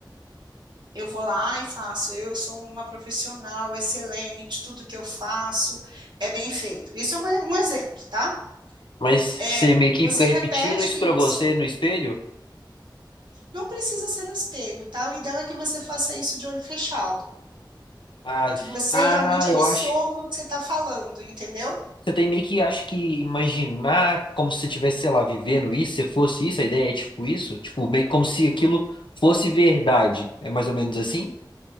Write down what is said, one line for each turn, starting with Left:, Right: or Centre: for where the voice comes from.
Right: Eu vou lá e faço. Eu sou uma profissional excelente, tudo que eu faço é bem feito. Isso é uma- um exemplo, tá?
Left: Mas
Right: É,
Left: você meio
Right: você
Left: que fica
Right: repete
Left: repetindo isso
Right: isso,
Left: pra você no espelho?
Right: não precisa ser no espelho, tá? O ideal é que você faça isso de olho fechado,
Left: Ah,
Right: que você
Left: ah,
Right: realmente absorva
Left: eu acho.
Right: o que você está falando, entendeu?
Left: Você tem meio que acho que imaginar como se você tivesse, sei lá, vivendo isso, se fosse isso, a ideia é tipo isso, tipo meio que como se aquilo fosse verdade. É mais ou menos assim?